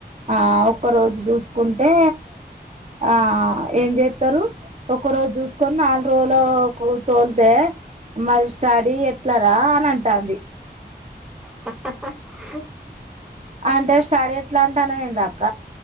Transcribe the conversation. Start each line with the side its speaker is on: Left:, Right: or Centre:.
Right: ఆ ఒక్క రోజు చూసుకుంటే ఆ ఏం జేస్తరు ఒక్క రోజు జూసుకొని నాలుగు రోజులకు తోలితే మరి స్టాడీ ఎట్ల రా అని అంటాంది
Centre: హా హా హా
Right: అంటే స్టడీ ఎట్లా అంటానవేంది అక్క